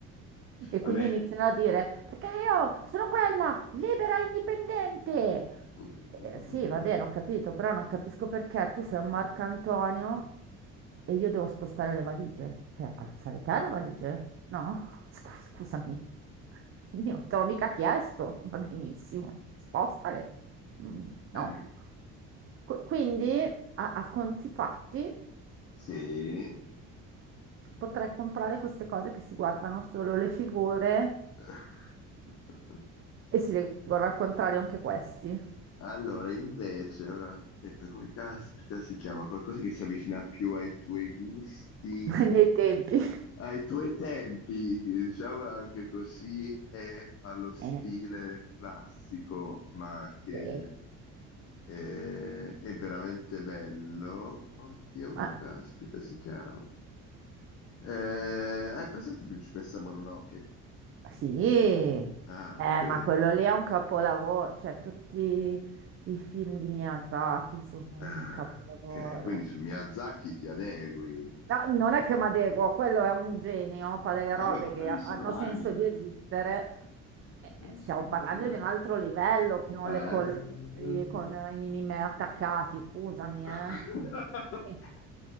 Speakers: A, on the right; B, on the left.
A: E quindi
B: Vabbè.
A: iniziano a dire, perché io sono quella libera e indipendente.
B: mm.
A: Eh, sì, va bene, ho capito, però non capisco perché tu sei un Marcantonio e io devo spostare le valigie. Cioè, alzare te le valigie? No? <laughs> Scu- Scusami, io te l'ho mica chiesto, va benissimo, spostale. Mm, no.
B: Eh,
A: Qu- quindi, a a conti fatti...
B: Sì.
A: potrei comprare queste cose che si guardano solo le figure
B: <laughs>
A: e si leggono al contrario anche questi,
B: Allora, invece, ora aspetta, come caspita si chiama? Qualcosa che si avvicina più ai tuoi gusti,
A: <laughs> ai miei tempi.
B: ai tuoi tempi, diciamola anche così, e allo stile
A: Eh,
B: classico, ma che
A: sì.
B: è, è veramente bello. Oddio, come
A: Ma-
B: caspita si chiama? Eh, hai presente Principessa Mononoke?
A: sì, eh,
B: Ah, ok.
A: ma quello lì è un capolavoro, cioè tutti i film di Miyazaki sono un
B: Ah,
A: capolavoro.
B: ok, quindi su Miyazaki ti adegui.
A: No, non è che mi adeguo, quello è un genio, fa delle
B: Vabbè,
A: robe
B: ma
A: che
B: quelli
A: ha-
B: sono
A: hanno
B: anime.
A: senso di esistere. Eh,
B: Quelli
A: eh, Stiamo
B: sono anime.
A: parlando di un altro livello che non
B: Ah,
A: le colleghi
B: eh.
A: lì con eh, i minimi attaccati, scusami,
B: <laughs>
A: eh. Sì.